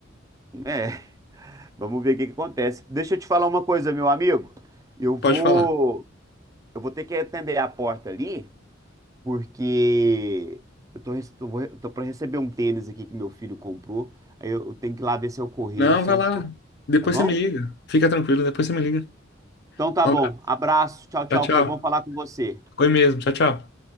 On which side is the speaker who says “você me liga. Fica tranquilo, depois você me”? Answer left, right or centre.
Left